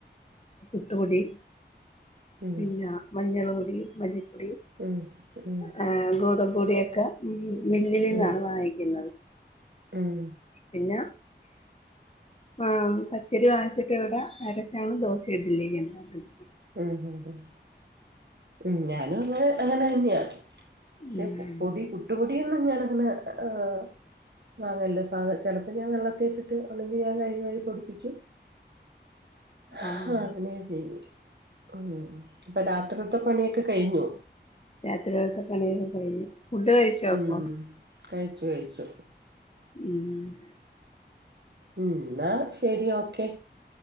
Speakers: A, on the left; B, on the right.
A: പുട്ടുപൊടി
B: ഉം
A: പിന്നാ മഞ്ഞള് പൊടി മല്ലിപ്പൊടി
B: ഉം ഉം
A: ആഹ് ഗോതമ്പ് പൊടിയൊക്കെ മില്ലിലിന്നാണ്
B: ഉം
A: വാങ്ങിക്കുന്നത്.
B: ഉം
A: പിന്ന ആഹ് പച്ചരി വാങ്ങിച്ചിട്ട് ഇവിടെ അരച്ചാണ് ദോശ ഇഡലിയൊക്കെ ഉണ്ടാക്കുന്നെ.
B: ഉം ഹും ഹും. ഉം ഞാനും അങ്ങനെ അങ്ങനെ തന്ന്യാ. പക്ഷെ
A: ഉം
B: പൊടി പുട്ടുപൊടിയോന്നും ഞാൻ അങ്ങനെ ആഹ് വാങ്ങല്ല. സാ ചെലപ്പം ഞാൻ വെള്ളത്തി ഇട്ടിട്ട് ഒന്നെങ്കി ഞാൻ കഴുകി വാരി പൊടിപ്പിക്ക്യും. ഹാ
A: ആഹ്
B: അങ്ങനെയാ ചെയ്യുന്നെ. ഉം ഇപ്പ രാത്രിക്കത്തെ പണിയൊക്കെ കഴിഞ്ഞൊ?
A: രാത്രിയിലത്തെ പണി ഒക്കെ കഴിഞ്ഞ്. ഫുഡ് കഴിച്ചോ
B: ഉം
A: അപ്പൊ?
B: കഴിച്ചു കഴിച്ചു.
A: ഉം
B: ഉം ന്നാ ശരി ഓക്കെ.